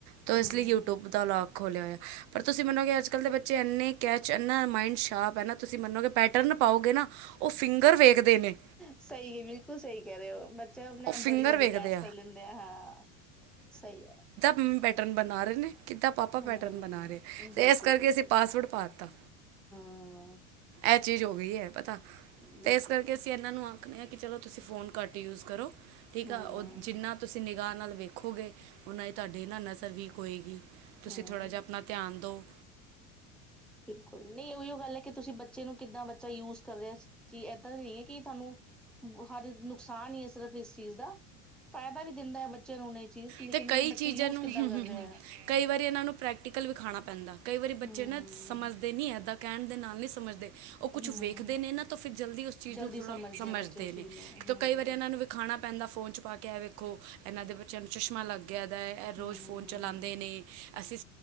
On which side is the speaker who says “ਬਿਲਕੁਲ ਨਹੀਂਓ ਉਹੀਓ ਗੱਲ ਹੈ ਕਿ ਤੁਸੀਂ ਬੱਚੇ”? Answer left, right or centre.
Centre